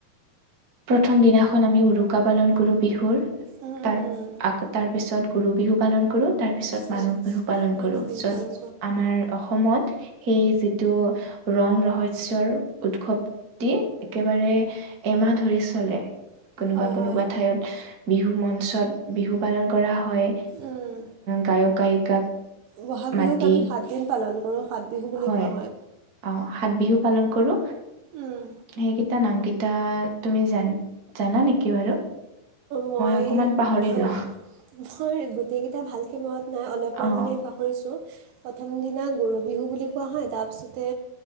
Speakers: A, on the right (about 35°); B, on the right (about 70°).
A: প্ৰথম দিনাখন আমি উৰুকা। পালন কৰোঁ বিহুৰ
B: উম
A: তাৰ
B: উম উম
A: তাৰপিছত গৰু বিহু পালন কৰোঁ তাৰ পিছত
B: হয়
A: মানুহ বিহু পালন
B: মানুহ
A: কৰো
B: বিহু
A: য'ত
B: পালন
A: আমাৰ অসমত সেই যিটো ৰং ৰহস্যৰ উৎসৱ দি একেবাৰে মাহ ধৰি চলে
B: কৰা
A: কোনোবা
B: হয় হয়
A: কোনোবা
B: হয়
A: ঠাইত বিহু মঞ্চ পাছত বিহু পালন কৰা হয়
B: উম
A: গায়ক গায়িকাক
B: ব'হাগ
A: মাতি
B: বিহুক আমি সাতদিন পালন কৰোঁ সাত বিহু বুলি
A: হয়
B: কোৱা
A: অ সাত বিহু পালন কৰো
B: উম
A: সেইকেইটা নাম কেইটা এয়া তুমি জান জানা নেকি বাৰু
B: মই
A: অকমান পাহৰিলো
B: অ মই গোটেইকেইটা ভালকৈ মনত নাই অলপমান
A: অ
B: মানে পাহৰিছোঁ। প্ৰথম দিনা গৰু বিহু বুলি কোৱা হয়। তাৰপিছতে